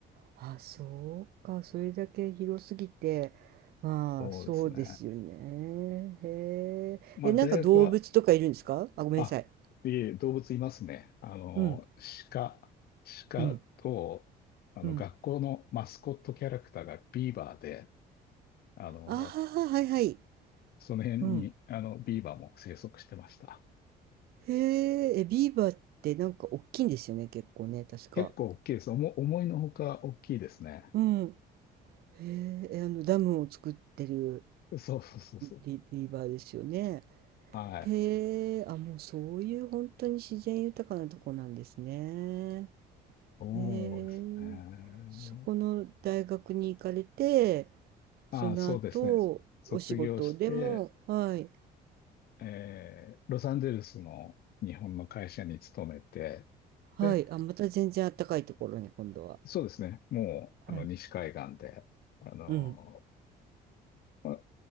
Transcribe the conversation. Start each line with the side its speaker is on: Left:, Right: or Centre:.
Right: あ、あ、そうか。それだけ広すぎて、まあ、
Left: そうですね。
Right: そうですよね。へえ。
Left: まあ、
Right: え、なんか動物とかいるんですかあ、
Left: 大学は、
Right: ごめんなさい。
Left: あ、いえ、動物いますね。あの、
Right: うん、
Left: 鹿、鹿と、
Right: うん、
Left: あの、
Right: うん。
Left: 学校のマスコットキャラクターがビーバーで、あの、
Right: ああ、はいはい。
Left: その辺に、
Right: うん。
Left: あの、ビーバーも生息してました。
Right: へえ、え、ビーバーってなんか大きいんですよね、結構ね、確か。
Left: 結構大きいです。おも、思いのほか大きいですね。
Right: うん。へえ、えあの、ダムを作ってる。
Left: そうそうそうそう。
Right: リ、リーバーですよね。
Left: はい。
Right: へえ、あ、もうそういう本当に自然豊かなとこなんですね。
Left: そうですね。
Right: へえ、そこの大学に行かれて、
Left: ああ、
Right: その後、
Left: そうですね。卒業して、
Right: お仕事でも、はい、
Left: えーロサンゼルスの日本の会社に勤めて、
Right: はい、
Left: で
Right: あ、また全然あったかいところに今度は。
Left: そうですね。もう、
Right: はい、
Left: あの、西海岸で、あの、
Right: うん、
Left: まあ、